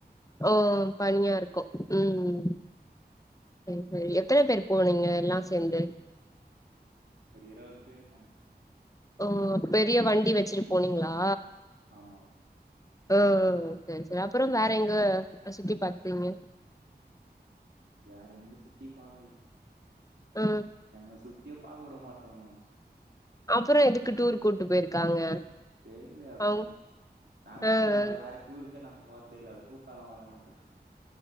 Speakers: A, on the left; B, on the right.
A: ஓ ஒ பனியா இருக்கு ம் ம் சேரி சேரி எத்தன பேர் போனீங்க எல்லா சேந்து
B: ஒரு இருவது பேர் போனோ
A: ஓ பெரிய வண்டி வெச்சிட்டு போனீங்களா
B: ஆமா
A: அ அ சேரி சேரி அப்பறம் வேற எங்க சுத்தி பாத்தீங்க
B: வேற எங்கயு சுத்தி பாக்கல
A: ஆ
B: எங்கள சுத்தியே பாக்க விட மாட்டறாங்க அவுங்
A: அப்புறோ எதுக்கு டூர் கூட்டு போயிருக்காங்க
B: தெர்லயே அத்தா
A: அவுங்
B: நாங்க
A: ஆ
B: அப்றோ
A: ஆ
B: அந்த வேற டூருக்கே நாங்க போர் நம்போ எல்லார்க்கு காலோ வர மாட்டது